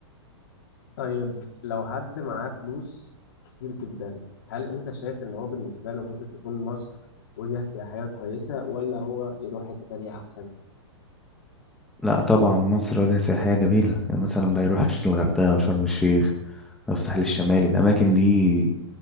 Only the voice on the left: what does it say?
طيب لو حد معاه فلوس كتير جدا هل انت شايف ان هو بالنسبة له ممكن تكون مصر وجهة سياحية كويسة ولا هو يروح حتة تانية احسن
امم